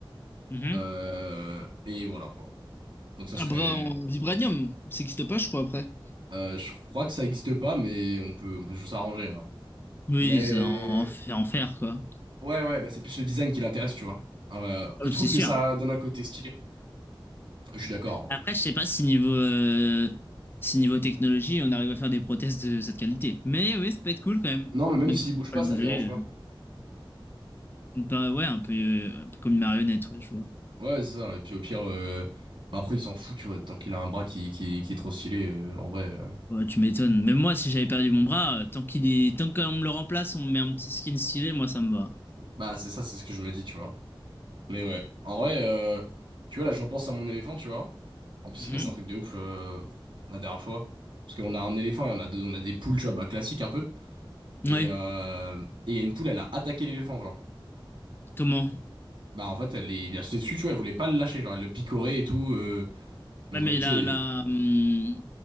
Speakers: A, on the left; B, on the right.
A: Mhm.
B: Euh, Et voilà quoi. Donc ça
A: Un
B: serait...
A: bras en vibranium, ça n'existe pas, je crois, après.
B: Euh, je crois que ça existe pas, mais on peut, on peut toujours s'arranger. hein.
A: Oui,
B: Mais
A: ça en, en fait- en faire quoi.
B: ouais, ouais, bah c'est plus le design qui l'intéresse, tu vois. Euh, il
A: Euh,
B: trouve
A: C'est sûr.
B: que ça donne un côté stylé. Je suis d'accord. hein.
A: Après, je sais pas si niveau, euh, si niveau technologie, on arrive à faire des prothèses de cette qualité. Mais oui, ça peut être cool quand même.
B: Non, mais même
A: Même
B: s'il
A: si tu
B: bouge
A: peux pas
B: pas,
A: le
B: ça
A: bouger.
B: le dérange pas.
A: euh. Une pa- ouais, un peu, euh, un peu comme une marionnette, ouais, je vois.
B: Ouais, c'est ça. Et puis au pire, euh, bah après, il s'en fout, tu vois. Tant qu'il a un bras qui, qui, qui est trop stylé, euh, en vrai. euh,
A: Ouais, tu m'étonnes. Même moi, si j'avais perdu mon bras, euh, tant qu'il est... tant qu'on me le remplace, on me met un petit skin stylé, moi, ça me va.
B: Bah, c'est ça, c'est ce que je me dis, tu vois. Mais ouais, en vrai, euh, tu vois, là, je repense à mon éléphant, tu vois. En plus,
A: Mhm.
B: il passe un truc de ouf euh, la dernière fois. Parce qu'on a un éléphant et on a, deux- on a des poules, tu vois, bah, classiques un peu.
A: Oui,
B: Et, euh, et il y a une poule elle a attaqué l'éléphant, genre.
A: comment?
B: Bah, en fait, elle est, il a sauté dessus, tu vois, elle voulait pas le lâcher, genre, elle le picorait et tout. euh, donc,
A: Bah, mais
B: elle, tu
A: la, la,
B: sais.
A: hum,